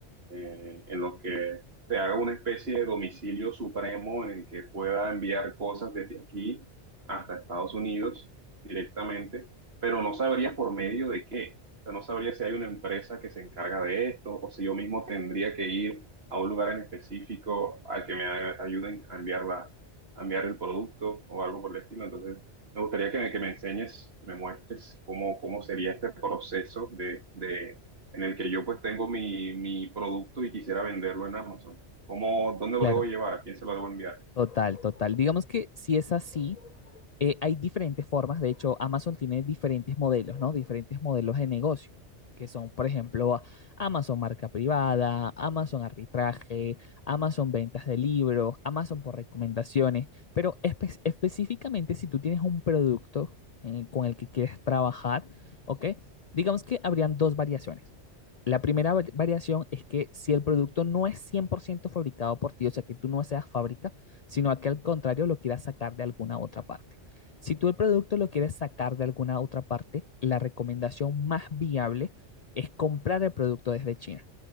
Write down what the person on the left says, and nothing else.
Claro,
total, total. Digamos que si es así, eh, hay diferentes formas, de hecho, Amazon tiene diferentes modelos, ¿no? Diferentes modelos de negocio, que son, por ejemplo, Amazon marca privada, Amazon arbitraje, Amazon ventas de libros, Amazon por recomendaciones, pero espe- específicamente si tú tienes un producto eh, con el que quieres trabajar, ¿ok? Digamos que habrían dos variaciones. La primera va- variación es que si el producto no es 100% fabricado por ti, o sea, que tú no seas fábrica, sino que al contrario lo quieras sacar de alguna otra parte. Si tú el producto lo quieres sacar de alguna otra parte, la recomendación más viable es comprar el producto desde China,